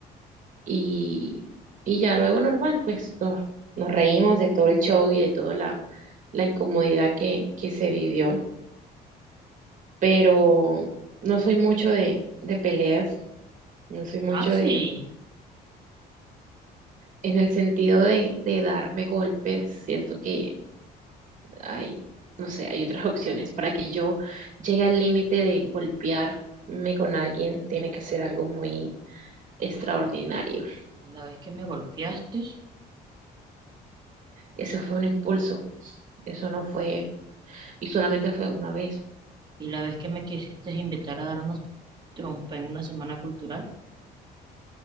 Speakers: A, on the right; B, on the right.
A: Y, y ya luego normal, pues nos, nos reímos de todo el show y de toda la, la incomodidad que, que se vivió, pero no soy mucho de, de peleas, no soy mucho
B: Ah, sí.
A: de en el sentido de, de darme golpes, siento que hay, no sé, hay otras opciones. Para que yo llegue al límite de golpearme con alguien, tiene que ser algo muy extraordinario.
B: La vez que me golpeaste
A: Eso fue un impulso, eso no fue, y solamente fue una vez.
B: y la vez que me quisiste invitar a darnos trompa en una semana cultural.